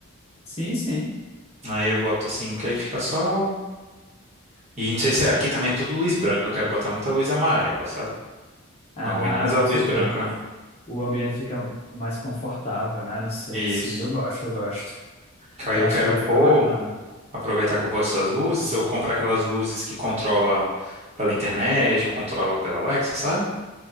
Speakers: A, on the left; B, on the right.
A: Sim, sim.
B: Aí eu boto assim, que aí fica só. E não sei se é, aqui também é tudo luz branca, eu quero botar muita luz amarela, sabe?
A: Ah,
B: Não aguento mais a
A: com
B: luz
A: certeza.
B: branca.
A: o ambiente fica mais confortável, né? Não sei,
B: Isso.
A: assim, eu gosto, eu gosto.
B: Que Aí
A: Eu
B: eu
A: acho
B: quero
A: que vai ficar
B: pôr,
A: bacana.
B: aproveitar que eu gosto dessas luzes, ou comprar aquelas luzes que controla pela internet, ou controla pela Alexa, sabe?